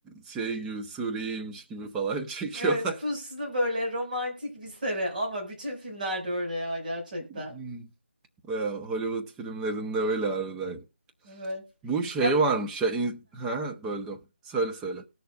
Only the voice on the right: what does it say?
Evet, puslu böyle romantik bir seri ama bütün filmlerde öyle ya gerçekten.
Evet.
Yap.